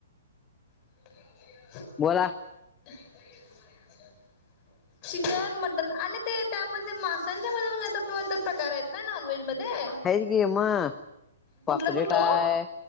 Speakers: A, on the left (about 35°); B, on the left (about 15°).
A: <unintelligible>
B: बोला.
A: <unintelligible> चिकन मटन आणि ते त्यामध्ये मासांच्या मध्ये प्रकार आहेत ना नॉनव्हेज मध्ये.
B: हाएत की म <unintelligible>
A: कुठलं
B: पापलेट
A: कुठलं
B: हाय
A: ओ